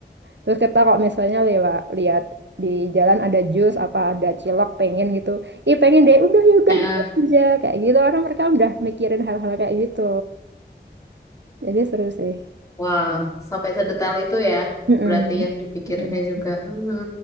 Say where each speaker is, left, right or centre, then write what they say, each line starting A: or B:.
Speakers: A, on the right; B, on the left.
A: Terus kita kalau misalnya lewat lihat di jalan ada jus apa ada cilok pengen gitu. Ih pengen deh udah ya udah
B: Heeh.
A: beli aja kayak gitu orang mereka udah mikirin hal-hal kayak gitu. Jadi seru sih.
B: Wah, sampai sedetail itu ya.
A: Mm-mm.
B: Berarti yang dipikirinnya
A: Mm.
B: juga. Mm-mm.